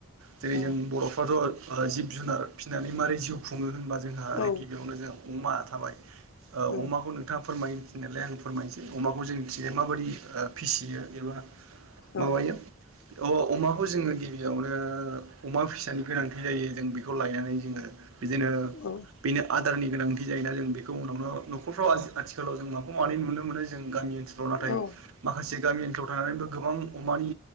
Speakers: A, on the right; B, on the left.
A: जेरै
B: औ
A: जों बर'फ्राथ' जिब जुनार फिसिनानै मारै जिउ खुंङो होनब जोंहा
B: औ
A: गिबियावनो जोंहा अमा थाबाय
B: औ
A: अमाखौ नोंथां फोरमायो मिथिनायालाय आं फोरमायनोसै अमाखौ जों मिथिनाय माबायदि फिसियो एबा
B: औ
A: माबायो अ अमाखौ जोंङो गिबियावनो अमा फिसानि गोनांथि जायो जों बेखौ लायनानै जोंङो बिदिनो
B: औ
A: बेनो आदारनि गोनांथि जायोना जों बेखौ उनावनो न'खरफ्राव आथिखालाव जों माखौ मानि नुनो मोनो जों गामि ओनसोलाव
B: औ
A: नाथाय माखासे गामि ओनसोलाव थानानैबो गोबां अमानि